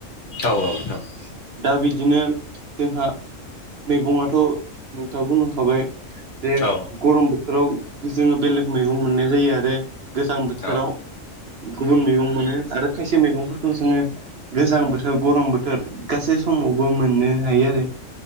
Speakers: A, on the left; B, on the right.
A: औ औ नोंथां।
B: दा बिदिनो जोंहा मैगङथ' नोंथाङा बुंखांखाबाय। जे
A: औ
B: गरम बोथोराव जोंङो बेलेग मैगं मोननाय जायो आरो गोजां बोथोराव
A: औ
B: गुबुन मैगं मोनो आरो खायसे मैगंफोरखौ जोंङो गोजां बोथोर गरम बोथोर गासै समावबो मोननो हायो आरो।